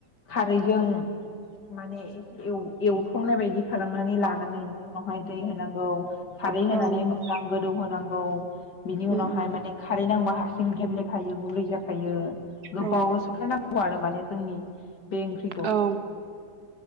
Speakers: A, on the left; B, on the right.
A: खारैजों माने एसे एव एवथमनाय बायदि खालामनानै लानानै बिनि उनावहाय दै होनांगौ खारै होनानै
B: औ उम
A: मोजां गोदौ होनांगौ बिनि उनावहाय
B: उम
A: माने खारै नांबा हरसिं गेब्लेखायो गुरै जा थायो गोबाव
B: औ
A: <unintelligible> आरो माने जोंनि बे ओंख्रिखौ
B: औ